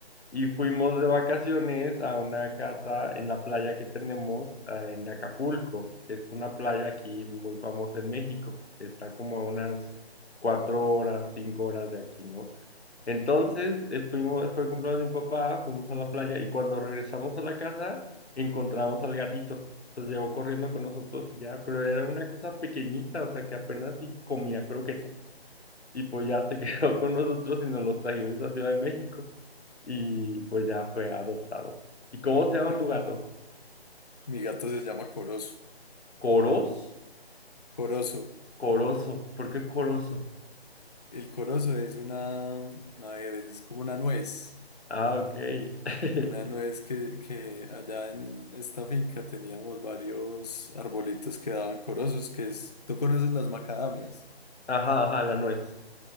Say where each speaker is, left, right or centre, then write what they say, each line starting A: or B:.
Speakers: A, on the left; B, on the left.
A: y fuimos de vacaciones a una casa en la playa que tenemos eh, en Acapulco, que es una playa aquí muy famosa en México. Está como a unas cuatro horas, cinco horas de aquí, ¿no? Entonces, eh, fuimos, fue el cumpleaños de mi papá, fuimos a la playa y cuando regresamos a la casa, encontramos al gatito. Entonces llegó corriendo con nosotros y ya, pero era una cosa pequeñita, o sea que apenas y comía croquetas. Y pues ya se <laughs> quedó con nosotros y nos lo trajimos a Ciudad de México y pues ya fue adoptado. ¿Y cómo se llama
B: Yo-
A: tu gato?
B: Mi gato se llama Corozo.
A: ¿Coros?
B: Corozo.
A: Coroso. ¿Por qué coroso?
B: El corozo es una, a ver, es como una nuez.
A: Ah, ok. <laughs>
B: Una nuez que, que allá en esta finca teníamos varios arbolitos que daban corozos, que es, tú conoces las macadamias.
A: Ajá, ajá, la nuez.